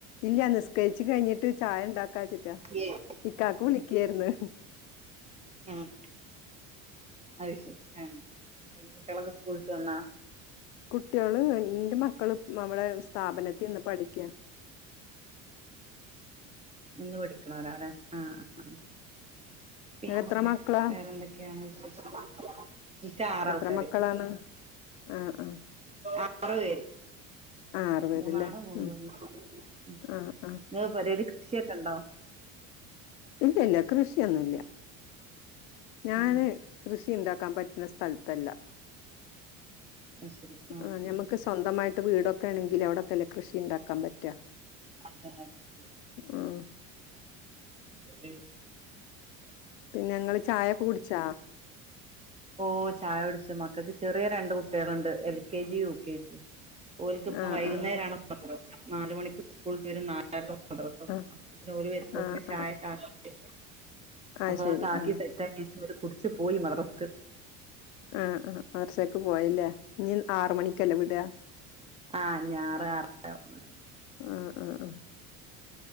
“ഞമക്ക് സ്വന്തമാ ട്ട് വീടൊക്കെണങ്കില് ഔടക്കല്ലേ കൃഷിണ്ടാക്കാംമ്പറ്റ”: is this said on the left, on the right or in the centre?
Left